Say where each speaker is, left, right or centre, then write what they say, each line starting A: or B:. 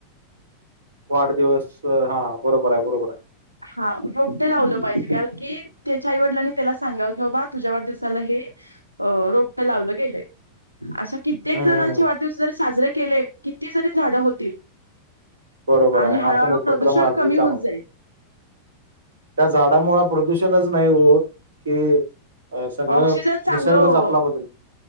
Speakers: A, on the right (about 65°); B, on the right (about 85°).
A: वाढदिवस हा बरोबर आहे बरोबर आहे.
B: हा रोपटे लावलं पाहिजे कारण की त्याच्या आईवडलांने त्याला सांगाव की बाबा तुझ्यावर दिसायला हे अ,, रोपट लावलं गेलंय. अशा कित्येक
A: आहे हम्म
B: जणांचे वाढदिवस जरी साजरे केले,, किती जरी झाड होतील.
A: बरोबर
B: आणि
A: आहे हा
B: हळूहळू
A: पण उपक्रम
B: प्रदूषण
A: अगदी
B: कमी
A: चांगला
B: होत जाईल.
A: त्या झाडामुळे प्रदूषणच नाही होत,, कीऽ अ, सगळं
B: ऑक्सिजन चांगलं
A: निसर्गच आपला बदलऽ